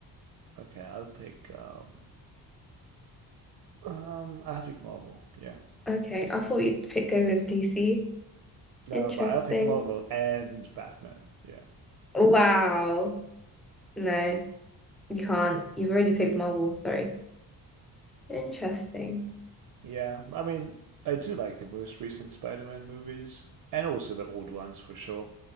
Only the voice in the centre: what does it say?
Okay. I thought you'd pick go with DC.
Interesting.
Wow.
No, you can't. You've already picked Marvel, sorry. Interesting.